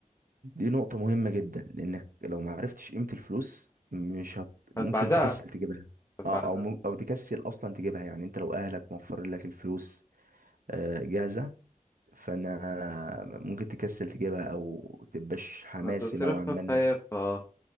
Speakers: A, on the right (about 75°); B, on the left (about 20°).
A: دي نقطة مهمة جدا لانك لو ما عرفتش قيمة الفلوس مش هت... ممكن
B: هتبعزقها
A: تكسل تجيبها
B: هتبعزقها
A: اه او مم... او تكسل اصلا تجيبها يعني انت لو اهلك موفرين لك الفلوس آه، جاهزة فانا ممكن تكسل تجيبها او تبقاش حماسي
B: هتصرفها
A: نوعا ما
B: في
A: انك
B: هيف اه